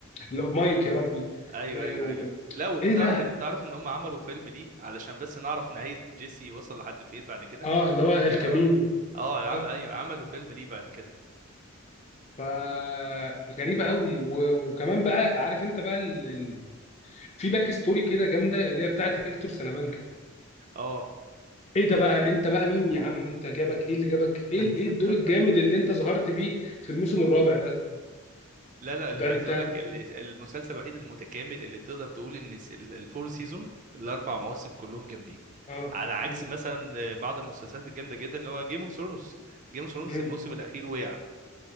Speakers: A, on the left; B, on the right.
A: لو مايك يا ربي
B: ايوه
A: آه،
B: ايوه
A: و-
B: ايوه لا وكنت
A: ايه ده
B: تعرف ان تعرف ان هم عملوا فيلم ليه علشان بس نعرف نهاية جيسي وصل لحد فين بعد كده
A: اه اللي هو الكامينو
B: اه اه
A: اه
B: عم... ايوه عملوا فيلم ليه بعد كده
A: فغريبه قوي و- وكمان بقى عارف انت بقى ال... ال- في باك ستوري كده جامده اللي هي بتاعت هيكتور سلامانكا
B: اه
A: ايه ده بقى انت بقى مين يا عم انت جابك ايه اللي جابك ايه ال-
B: <laughs>
A: ايه الدور الجامد اللي انت ظهرت بيه في الموسم الرابع ده
B: لا لا اللي
A: ده انت
B: عايز اقول لك ال- المسلسل الوحيد المتكامل اللي تقدر تقول ان الس- ال- الفور سيزون الاربع مواسم كلهم جامدين
A: اه
B: على عكس
A: مم.
B: مثلا بعض المسلسلات الجامده جدا اللي هو جيم اوف ثرونز جيم اوف ثرونز
A: مم.
B: الموسم الاخير وقع